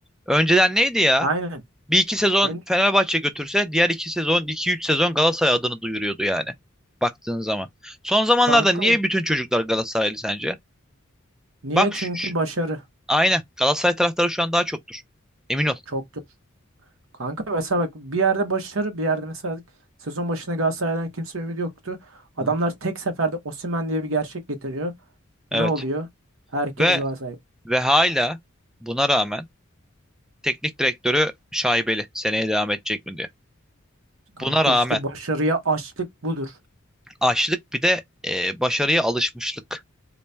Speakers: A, in the centre; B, on the right.
A: Önceden neydi ya?
B: Aynen.
A: Bir iki sezon
B: Ön-
A: Fenerbahçe götürse diğer iki sezon, iki üç sezon Galatasaray adını duyuruyordu yani. Baktığın zaman. Son zamanlarda
B: kanka
A: niye bütün çocuklar Galatasaraylı sence?
B: niye?
A: Bak
B: Çünkü
A: şu, şu-
B: başarı.
A: aynen Galatasaray taraftarı şu an daha çoktur. Emin ol.
B: Çok Kanka mesela bak bir yerde başarı bir yerde mesela sezon başına Galatasaray'dan kimse ümidi yoktu. Adamlar
A: Hı hı.
B: tek seferde Osimhen diye bir gerçek getiriyor.
A: Evet.
B: Ne oluyor? Herkes
A: Ve
B: Galatasaray.
A: ve hala buna rağmen teknik direktörü şaibeli. Seneye devam edecek mi diye.
B: Kanka
A: Buna rağmen
B: işte başarıya açlık budur.
A: açlık bir de e, başarıya alışmışlık.